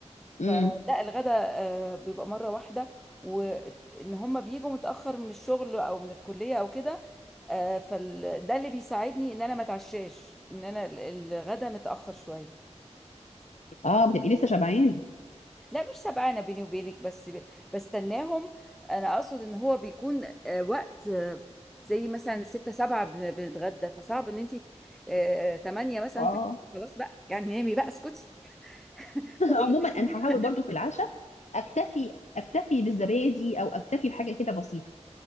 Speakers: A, on the left; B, in the centre.
A: امم
B: فلا الغداء آه، بيبقى مرة واحدة وان هم بيجوا متأخر من الشغل او من الكلية او كده آه، فال ده اللي بيساعدني ان انا ما اتعشاش ان انا ال- الغدا متأخر شوية
A: اه بتبقي لسه شبعانه
B: لا مش سبعانة بيني وبينك بس ب- بستناهم انا اقصد ان هو بيكون آه، وقت آه، زي مثلا ستة سبعة بن- بنتغدى فصعب ان انت آه، تمانية مثلا
A: <laughs> اه
B: تاكلي خلاص بقى يعني نامي بقى اسكتي <laughs> بقول
A: عموما
B: لك تاكلي.
A: انا هحاول برضو في العشاء اكتفي اكتفي بالزبادي او اكتفي بحاجه كده بسيطه